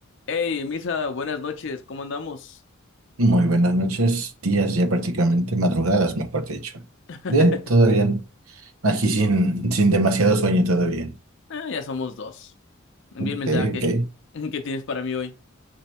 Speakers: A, on the left; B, on the right.
A: Hey, Misa, buenas noches, ¿cómo andamos?
B: Muy buenas noches, días ya prácticamente, madrugadas mejor dicho.
A: <laughs>
B: Bien, todo bien. Aquí sin, sin demasiado sueño, todo bien.
A: Ah, ya somos dos. Envía
B: Ok,
A: el mensaje.
B: ok.
A: <laughs> ¿Qué tienes para mí hoy?